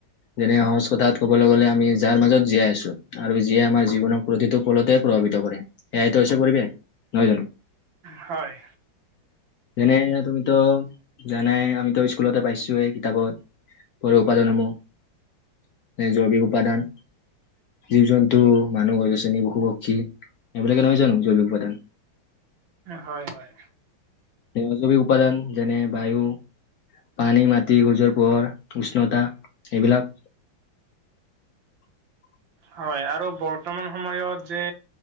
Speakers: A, on the left (about 60°); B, on the right (about 70°).
A: যেনে সহজ কথাত ক'বলৈ গ'লে আমি যাৰ মাজত জীয়াই আছো আৰু জীয়াই আমাৰ জীৱনক প্ৰতিটো পলতে প্ৰভাৱিত কৰে এয়াইতো হৈছে পৰিবেশ নহয় জানো
B: হয়
A: যেনে তুমিতো জানাই আমিতো স্কুলতে পাইছোৱে কিতাপত কৰিব পৰা যাব জৈৱিক উপাদান জীৱ-জন্তু, মানুহ, গছ-গছনি, পশু-পক্ষী এইবিলাকে নহয় জানো, জৈৱিক উপাদান?
B: হয় - হয়।
A: সেয়া জৈৱিক উপাদান, যেনে বায়ু, পানী, মাটি, সূৰ্যৰ পোহৰ, উষ্ণতা এইবিলাক <unintelligible>
B: হয় আৰু বৰ্তমান সময়ত যে